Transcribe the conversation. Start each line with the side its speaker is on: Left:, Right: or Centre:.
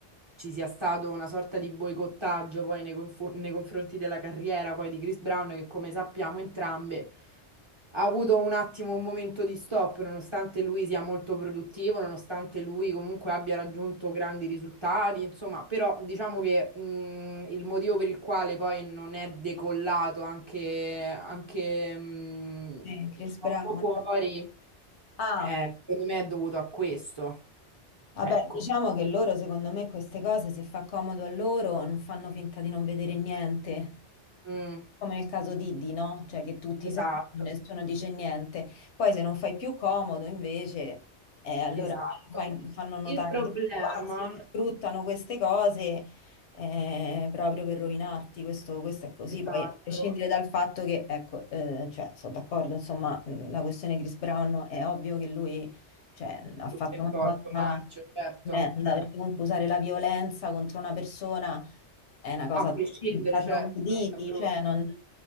Right: ci sia stato una sorta di boicottaggio poi nei, confo- nei confronti della carriera poi di Chris Brown che come sappiamo entrambe ha avuto un attimo un momento di stop, nonostante lui sia molto produttivo, nonostante lui comunque abbia raggiunto grandi risultati, insomma, però diciamo che mh, il motivo per il quale poi non è decollato anche, anche mh,
Left: eh, Chris
Right: troppo
Left: Brown...
Right: fuori,
Left: Ah.
Right: eh, secondo me è dovuto a questo.
Left: Vabbè,
Right: Ecco,
Left: diciamo che loro, secondo me, queste cose, se fa comodo a loro, non fanno finta di non vedere niente.
Right: Mm,
Left: Come nel caso di Diddy, no? Cioè che tutti
Right: esatto,
Left: sanno, nessuno dice niente. Poi se non fai più comodo, invece, eh, allora
Right: esatto.
Left: fai- fanno notare
Right: Il problema,
Left: tutto, anzi, sfruttano queste cose eh, proprio per rovinarti. Questo, questo è così.
Right: esatto,
Left: Poi, a prescindere dal fatto che, ecco, eh, cioè, sono d'accordo, insomma, mh, la questione Chris Brown è ovvio che lui cioè, ha
Right: tutto
Left: fatto
Right: intorno,
Left: una cosa
Right: marcio, certo,
Left: tremenda,
Right: cioè.
Left: perché comunque usare la violenza contro una persona è una cosa
Right: A prescindere,
Left: da
Right: certo,
Left: trogloditi,
Right: è una cosa brutta.
Left: cioè non,